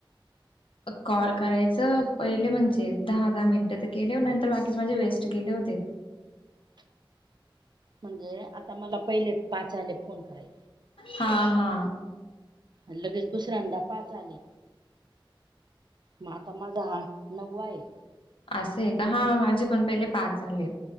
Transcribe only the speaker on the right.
म्हणजे आता मला पहिले पाच आले फोन कराय
लगेच दुसऱ्यांदा पाच आले म आता माझा हा नव्वाये.